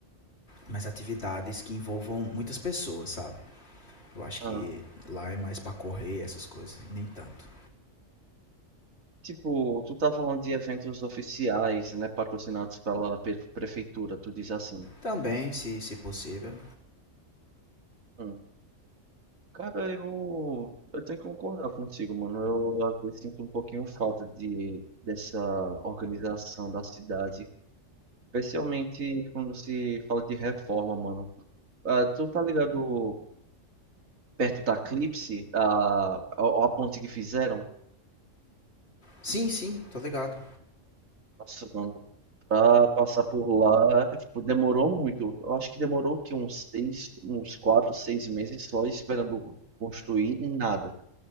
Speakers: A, on the left; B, on the right.
A: Mais atividades que envolvam muitas pessoas, sabe? Eu acho
B: Ah.
A: que lá é mais pra correr, essas coisas, e nem tanto.
B: Tipo, tu tá falando de eventos oficiais, né, patrocinados pela pe- prefeitura, tu diz assim.
A: Também, se, se possível.
B: Hum. Cara, eu, eu tenho que concordar contigo, mano. Eu às vezes sinto um pouquinho falta de, dessa organização da cidade Especialmente quando se fala de reforma, mano. Ah, tu tá ligado perto da eclipse a, a, a ponte que fizeram?
A: Sim, sim, tô ligado.
B: Nossa, mano, pra passar por lá tipo, demorou muito. Eu acho que demorou que uns seis, uns quatro, seis meses só esperando construir e nada.